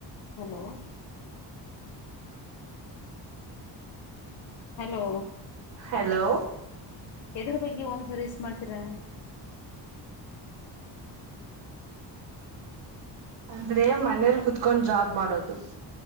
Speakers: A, on the left (about 70°); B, on the right (about 85°).
A: ಹಲೋ ಹಲೋ
B: ಹಲೋ
A: ಎದ್ರ ಬಗ್ಗೆ ಹಓಮ್ ಸರ್ವಿಸ್ ಮಾಡ್ತೀರಾ
B: ಅಂದ್ರೆ ಮನೇಲಿ ಕುತ್ಕೊಂಡ್ ಜಾಬ್ ಮಾಡೋದು